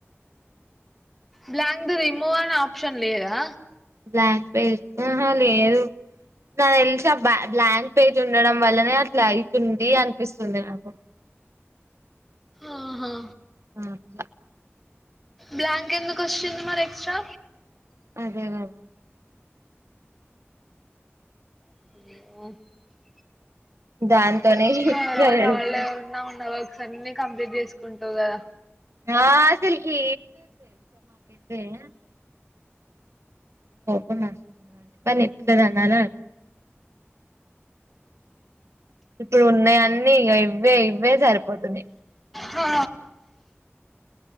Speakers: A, in the centre; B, on the right.
A: blank the remove అని ఆప్షన్ లేదా
B: బ్లాంక్ పేజ్ ఆహా లేదు నా తెలిసి ఆ బ బ్లాంక్ పేజ్ ఉండడం వల్లనే అట్లా అయతుంది అనిపిస్తుంది నాకు
A: ఆహా
B: అహా
A: బ్లాంక్ ఎందుకు వచ్చింది మరి ఎక్స్ట్రా
B: అదే కదా
A: <unintelligible>
B: దాంతోనే
A: ఒక్క
B: ఎట్లా
A: రోజు
B: తెలుసా
A: హాల్ డే ఉన్నా ఉన్న వర్క్స్ అన్ని కంప్లీట్ చేసుకుంటావ్ కదా
B: ఆ ఆసలుకి <unintelligible> కోపం వస్తుంది నాకి దాన్ని ఎట్లా తన్నాలో అర్ధం కావట్లేదు ఇప్పుడు ఉన్నాయన్నీ ఇగా ఇవ్వే ఇవ్వే సరిపోతున్నాయి
A: హా